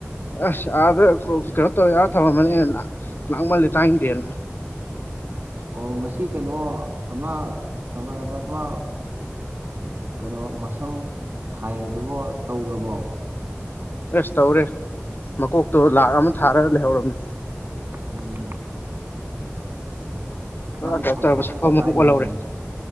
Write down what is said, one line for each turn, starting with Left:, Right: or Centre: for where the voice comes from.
Left: ꯑꯁ ꯑꯗ ꯇꯣ ꯌꯥ ꯊꯝꯃꯝꯃꯅꯤꯅꯦ ꯂꯥꯡꯃꯜꯂꯤ ꯇꯥꯏꯗꯦꯅ
Right: ꯑꯣ ꯉꯁꯤ ꯀꯩꯅꯣ ꯑꯃ ꯅꯃꯥꯟꯅꯕ ꯑꯃ ꯀꯩꯅꯣ ꯃꯁꯝ ꯊꯥꯏꯗꯨꯕꯨ ꯇꯧꯈ꯭ꯔꯕꯣ
Left: ꯑꯦꯁ ꯇꯧꯔꯦ ꯃꯀꯣꯛꯇꯣ ꯂꯥꯛ ꯑꯃ ꯊꯥꯔꯒ ꯂꯩꯍꯧꯔꯝꯅꯦ
Right: ꯎꯝ
Left: ꯄꯨꯔꯥ
Right: ꯃꯥꯗꯤ
Left: ꯀꯩꯅꯣ
Right: ꯄꯩꯁꯥꯕꯨ
Left: ꯇꯧꯔꯕ ꯁꯛꯐꯝ
Right: ꯌꯥꯝ ꯄꯥꯏꯔꯤꯅꯦ
Left: ꯑꯃ ꯑꯣꯜꯍꯧꯔꯦ